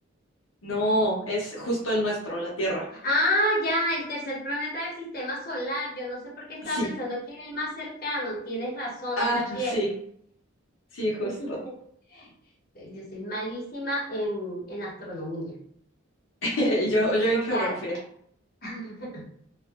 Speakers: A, on the left; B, on the left.
A: No, es justo el nuestro, la Tierra.
B: Ah, ya, el tercer planeta del sistema solar. Yo no sé por qué estaba
A: Sí.
B: pensando que era el más cercano. Tienes razón,
A: Ah,
B: es la
A: <laughs>
B: Tierra.
A: sí, sí,
B: <laughs>
A: justo.
B: Yo soy malísima en, en astronomía.
A: <laughs> Yo, yo en
B: O
A: geografía.
B: sea, <laughs>